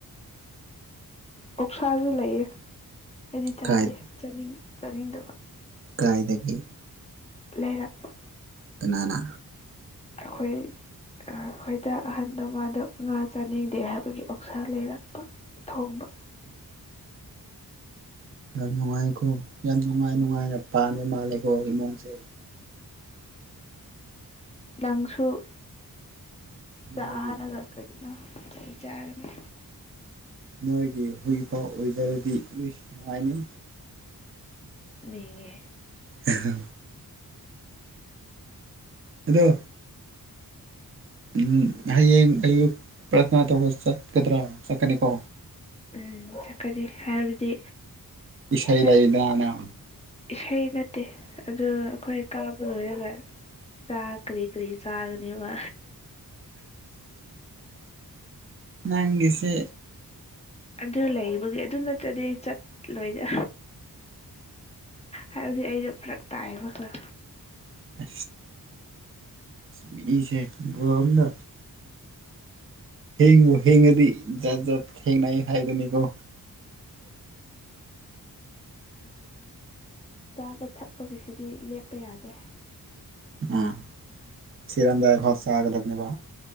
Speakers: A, on the left; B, on the right.
A: ꯑꯣꯁꯥꯁꯨ ꯂꯩꯌꯦ ꯑꯩꯗꯤ ꯆꯥꯗꯦ
B: ꯀꯥꯏ
A: ꯆꯥꯅꯤꯡ ꯆꯥꯅꯤꯡꯗꯕ
B: ꯀꯗꯥꯏꯗꯒꯤ
A: ꯂꯩꯔꯛꯄ
B: ꯏꯅꯥꯅ
A: ꯑꯩꯈꯣꯏ ꯑꯩꯈꯣꯏꯗ ꯑꯍꯟꯗ ꯃꯥꯗ ꯉꯥ ꯆꯥꯅꯤꯡꯗꯦ ꯍꯥꯏꯕꯒꯤ ꯑꯣꯛꯁꯥ ꯂꯩꯔꯛꯄ ꯊꯣꯡꯕ
B: ꯌꯥꯝ ꯅꯨꯡꯉꯥꯏꯀꯣ ꯌꯥꯝ ꯅꯨꯡꯉꯥꯏ ꯅꯨꯡꯉꯥꯏꯅ ꯄꯥꯟꯕ ꯃꯥꯜꯂꯦꯀꯣ ꯏꯃꯨꯡꯁꯦ
A: ꯪꯁꯨꯨ
B: ꯅꯣꯏꯒꯤ
A: ꯆꯥꯅ ꯂ ꯑ ꯆꯍꯤ ꯆꯥꯔꯒꯦ
B: ꯅꯣꯏꯒꯤ ꯍꯨꯏꯐꯥꯎ ꯑꯣꯏꯖꯔꯗꯤ ꯏꯏꯁ ꯅꯨꯡꯉꯥꯏꯅꯤ
A: ꯅꯒꯦ
B: ꯑ ꯑꯗꯣ ꯎꯝ ꯍꯌꯦꯡ ꯑꯨ ꯄ꯭ꯔꯊꯅ ꯇꯧꯕ ꯆꯠꯀꯗ꯭ꯔꯥ ꯆꯠꯀꯅꯤꯀꯣ
A: ꯎꯝ ꯆꯠꯀꯅꯤ ꯍꯥꯏꯕꯗꯤ
B: ꯏꯁꯥꯏ
A: ꯆꯠ
B: ꯂꯗꯅ
A: ꯏꯁꯩ ꯅ ꯗꯦ ꯑꯗꯨ ꯑꯩꯈꯣꯏ ꯀꯥꯕ ꯂꯣꯏꯔ ꯆꯥ ꯀꯔꯤ ꯀꯔꯤ ꯁꯥꯒꯅꯤ ꯃꯥ
B: ꯅꯒꯦꯁꯦ
A: ꯑꯗꯨ ꯂꯩꯕꯒꯤ ꯑꯗꯨ ꯅꯠꯇ꯭ꯔꯗꯤ ꯆꯠꯂꯣꯏꯗ ꯍꯥꯏꯕꯗꯤ ꯑꯩꯗꯣ ꯐꯔꯛ ꯇꯥꯏꯕ ꯈꯔ
B: ꯑ ꯃꯤꯁꯦ ꯣꯝꯗ ꯍꯦꯡꯉ ꯍꯦꯡꯉꯗꯤ ꯥꯠ ꯖꯥꯠ ꯊꯦꯡꯅ ꯍꯥꯏꯗꯅꯤꯀꯣ
A: ꯎꯝ ꯇꯥꯕ ꯊꯛ ꯂꯞꯄꯒꯤꯁꯤꯗꯤ ꯂꯦꯞꯄ ꯌꯥꯗꯦ
B: ꯑꯝ ꯁꯤꯔꯝꯗ ꯍꯁꯒꯂꯒꯅꯤꯕ